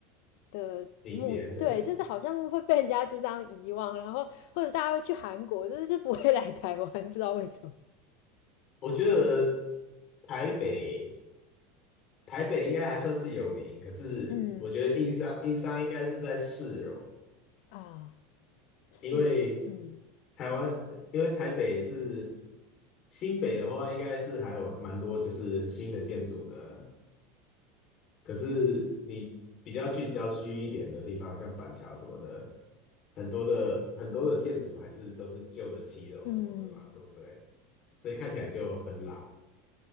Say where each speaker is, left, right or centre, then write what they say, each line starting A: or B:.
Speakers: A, on the left (about 60°); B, on the left (about 35°).
A: 的目，
B: <laughs> 景点，
A: 对，就是好像会被人家就这样遗忘，然后或者大家会去韩国，就是就不会来台湾，不知道为什么。
B: <laughs> 我觉得台北台北应该还算是有名，可是我觉得硬伤硬伤应该是在市容。
A: 嗯啊，是哦，
B: 因为
A: 嗯
B: 台湾，因为台北是新北的话，应该是还有蛮多就是新的建筑的。可是你比较去郊区一点的地方，像板桥什么的，很多的很多的建筑还是都是旧的七楼什么的嘛，
A: 嗯，
B: 对不对？所以看起来就很老，